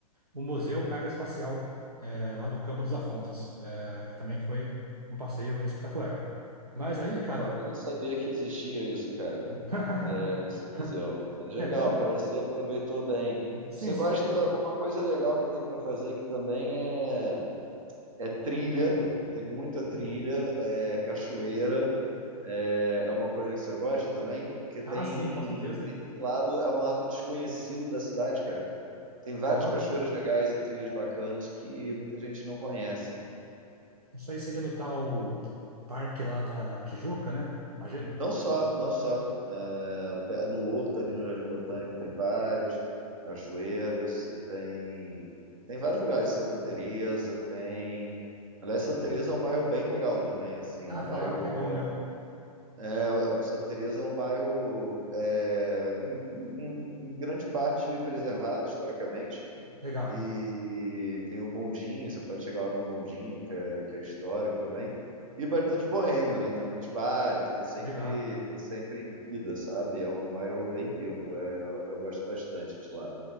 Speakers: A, on the right; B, on the right.
A: o Museu Aeroespacial, eh, lá do Campo dos Afonsos, eh, que também foi um passeio espetacular. Mas aí, cara,
B: Olha, eu nem sabia que existia isso, cara.
A: <laughs>
B: Esse museu. Mas legal,
A: é que eu.
B: parece que aproveitou bem.
A: Sim,
B: Você
A: sim.
B: gosta,
A: É... que-
B: uma coisa legal que tem para fazer que também é, é trilha. Tem muita trilha, é cachoeira. É, é uma coisa que você gosta também, porque
A: Ah,
B: tem,
A: sim, com certeza.
B: tem esse lado, é um lado desconhecido da cidade, cara. Tem várias
A: Ao lado.
B: cachoeiras legais e trilhas bacanas que muita gente não conhece.
A: Isso aí seria no tal parque lá da Tijuca, né? Imagino.
B: Não só, não só. É, pe- no Horto, ali no Jardim Botânico, tem vários. Cachoeiras, você tem. Tem vários lugares. Santa Teresa tem. Aliás, Santa Teresa é um bairro bem legal também, assim.
A: Ah,
B: É um
A: falaram
B: bairro
A: que é
B: que
A: bom
B: é.
A: mesmo. né?
B: é, Santa Teresa é um bairro é, em, em- em grande parte preservado historicamente.
A: Legal,
B: E tem o bondinho, você pode chegar lá num bondinho, que é, que é histórico também. E bastante boêmio, né? Tem muitos bares, tem sempre,
A: legal.
B: tem sempre vida, sabe? É um bairro bem vivo, é, eu gosto bastante de lá.